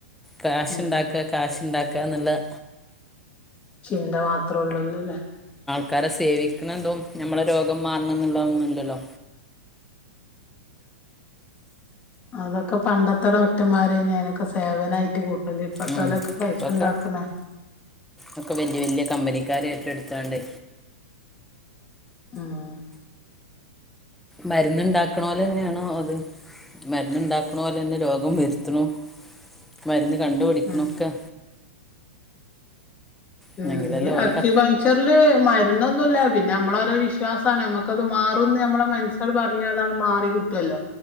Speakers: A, in the centre; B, on the left (about 20°).
A: കാശ്ണ്ടാക്ക
B: ഉം
A: കാശ്ണ്ടാക് ക്കെ നല്ല
B: ചിന്ത മാത്ര അത്രൊള്ളുല്ലോലെ
A: ക്കാരെ സേവിക്ക്ണതും ഞമ്മളെ രോഗം മാറണം ന്ന്ള്ളതൊന്നുംല്ലല്ലോ
B: അതൊക്കെ പണ്ടത്തെ ഡോക്ടർമാരെ ഞാനൊക്കെ സേവനായിട്ട് കൂ ലിപ്പത്തലക്കെ
A: ഉം
B: പൈസണ്ടാക്ക്ണേ
A: ഇപ്പൊക്കെ ഒക്കെ വേല്ല്യ വേല്ല്യ കമ്പനിക്കാരേറ്റെടുത്താണ്ട്
B: ആഹ്
A: മര്ന്ന്ണ്ടാക്ക്ണോലെന്നെയാണ് അതും മരുന്ന്ണ്ടാക്ക്ണോലെന്നെ രോഗം വര്ത്ത്ണോം മര്ന്ന് കണ്ടുപിടിക്കണൊക്കെ
B: ഉം ഉം
A: എന്നെങ്കിലല്ലേ
B: ഇ
A: ഓലെ
B: അക്യുപഞ്ചറില്
A: ക
B: മര്ന്നൊ ന്നുല്ല പിന്നമ്മളോരോ വിശ്വാസാണ് ഞമ്മക്കത് മാറുംന്ന് ഞാമ്മളെ മൻസാണ്ട് പറഞ്ഞാൽ ആണ്ട് മാറി കിട്ടുഅല്ലോ